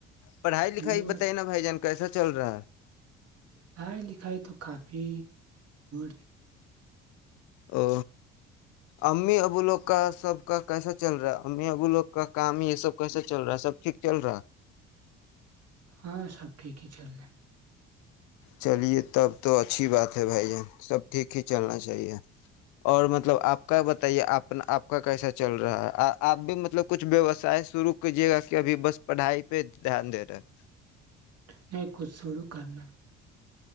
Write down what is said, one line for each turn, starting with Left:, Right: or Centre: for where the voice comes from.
Left: پڑھائی لکھائی
Right: میرا
Left: بتینا بائی جان کیسا چل رہا ہے
Right: پڑھائی لکھائی تو کافی <inaudible>
Left: او امی ابو لوگ کا سب کا کیسا چل رہا ہے امی ابو لوگ کا کام یہ سب کیسا چل رہا ہے سب ٹھیک چل رہا ہے
Right: ہاں سب ٹھیک ہی چل رہے ہیں
Left: چلیے تب تو اچھی بات ہے بھائی سب ٹھیک ہی چلنا چاہیے اور مطلب آپ کا بتائیے آ آپ کا کیسا چل رہا ہے آپ بھی مطلب کچھ ویوسائے شروع کیجیے گا کہ ابھی بس پڑھائی پہ دھیان دے رہے ہے
Right: میں کھ سورخ <unintelligible> کرنا